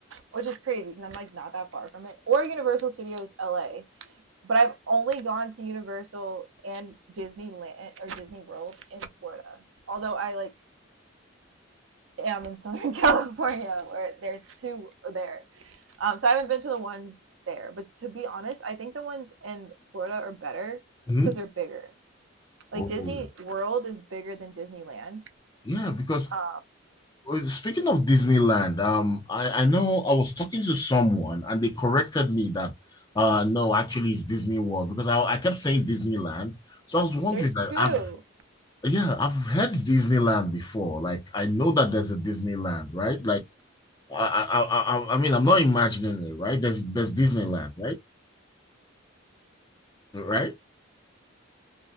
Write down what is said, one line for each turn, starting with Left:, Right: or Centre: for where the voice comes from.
Right: which is crazy because I'm like not that far from it. Or Universal Studios LA, but I've only gone to Universal and Disneyland or Disney World in Florida. Although I like am in <laughs> Southern California where there's two there. Um, so I haven't been to the ones there. But to be honest, I think the ones in Florida are better
Left: Mhm.
Right: because they're bigger. Like
Left: Oh,
Right: Disney World is bigger than Disneyland.
Left: yeah, because
Right: Um,
Left: Speaking of Disneyland, um, I, I know I was talking to someone and they corrected me that uh no, actually it's Disney World because I, I kept saying Disneyland. So I was wondering
Right: there's
Left: that
Right: two.
Left: I've yeah, I've heard Disneyland before. Like I know that there's a Disneyland, right? Like I I I, I I mean I'm not imagining it, right? There's there's Disneyland, right? Right?